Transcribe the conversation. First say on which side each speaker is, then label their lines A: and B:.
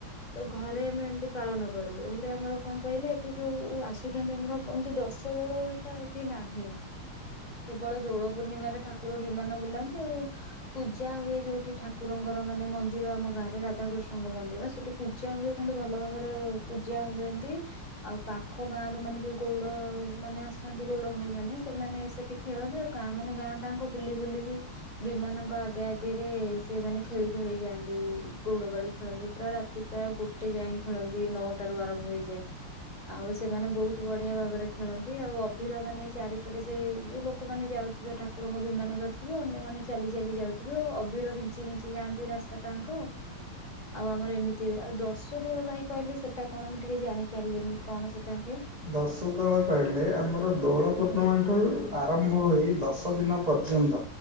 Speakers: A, on the left (about 35°); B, on the right (about 75°).
A: ତ ଘରେ ଆମେ ଏମିତି ପାଳନ ତ ଘରେ ଘରେ ଏମିତି ପାଳନ କରୁ ହେଲେ ଆମର କଣ କହିଲେ ଏଠି ଯୋଉ ଆସୁଛନ୍ତି ଆମର ଏମିତି ଦଶ ଦଳ ହେରିକା ଏଠି ନାହିଁ। କେବଳ ଦୋଳ ପୂର୍ଣ୍ଣିମାରେ ଠାକୁର ବିମାନ ବୁଲାନ୍ତି ଆଉ ପୂଜା ହୁଏ ଯୋଉଠି ଠାକୁରଙ୍କର ମାନେ ମନ୍ଦିର ଆମ ଗାଁରେ ରାଧାକୃଷ୍ଣ ତାଙ୍କ ମନ୍ଦିର ସେଠି ପୂଜା ହୁଏ କିନ୍ତୁ ଭଲ ଭାବରେ ପୂଜା ହୁଏ ଏମିତି ଆଉ ପାଖ ଗାଁରୁ ମାନେ ଯୋଉ ଗଉଡ ମାନେ ଆସନ୍ତି ଗଉଡ ଭାଇ ମାନେ ସେମାନେ ସେ ଟିକେ ଖେଳନ୍ତି ଆଉ ଗାଁ ମାନେ ଗାଁ ଗାଙ୍କୁ ବୁଲି ବୁଲି ବି ବିମାନଙ୍କ ଆଗେ ଆଗରେ ସେମାନେ ଖେଳି ଖେଳି ଯାଆନ୍ତି ଗଉଡ ବାଡି। ଖେଳନ୍ତି ପାୟ ରାତି ପ୍ରାୟ ଗୋଟେ ଯାଏ ଖେଳନ୍ତି ନଅଟାରୁ ଆରମ୍ଭ ହେଇଯାଏ ଆଉ ସେମାନେ ବହୁତ ବହୁ ବଢିଆ ଭାବରେ ଖେଳନ୍ତି ଆଉ ଅଭିର ମାନେ ଚାରିପଟେ ସେ ଯୋଉ ଲୋକମାନେ ଯାଉଥିବେ ଠାକୁରଙ୍କ ବିମାନ ଦର ଥିବେ ଅନ୍ୟମାନେ ଚାଲି ଚାଲି ଯାଉଥିବେ ଅବିର ବିଞ୍ଚି ବିଞ୍ଚି ଯାଆନ୍ତି ରାସ୍ତା ଟାଙ୍କ। ଆଉ ଆମର ଏମିତି ହୁଏ ଆଉ ଦଶ ଦୋଳ ଭାଇ କହିଲେ ସେଟା କଣ ମୁଁ ଟିକେ ଜାଣିପାରିଲିନି କଣ ସେଟା ହୁଏ?
B: ଦଶ ଦୋଳ କହିଲେ ଆମର ଦୋଳ ପୂର୍ଣାମଠାରୁ ଆରମ୍ଭ ହୋଇ ଦଶ ଦିନ ପର୍ଯ୍ୟନ୍ତ